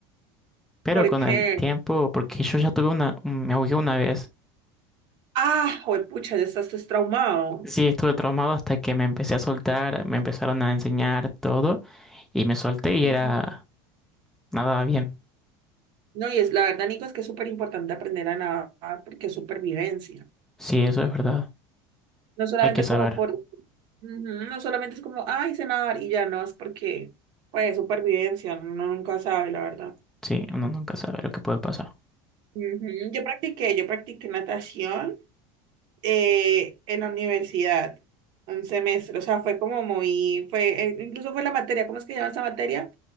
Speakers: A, in the centre; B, on the right.
A: Pero
B: Porque,
A: con el tiempo, porque yo ya tuve una, me ahogué una vez.
B: ah, pucha, ya estás pues, traumado.
A: Sí, estuve traumado hasta que me empecé a soltar, me empezaron a enseñar todo y me solté y
B: Ujú.
A: era nada bien.
B: No, y es la verdad, Nico, es que es súper importante aprender a nadar porque es supervivencia.
A: Sí, eso es verdad.
B: No solamente
A: Hay que saber.
B: como por, ujú, no solamente es como, ay, sé nadar y ya no, es porque, pues, supervivencia, uno nunca sabe, la verdad.
A: Sí, uno nunca sabe lo que puede pasar.
B: Ujú, Yo practiqué, yo practiqué natación eh, en la universidad, un semestre, o sea, fue como muy, fue, eh, incluso fue la materia, ¿cómo es que se llama esa materia?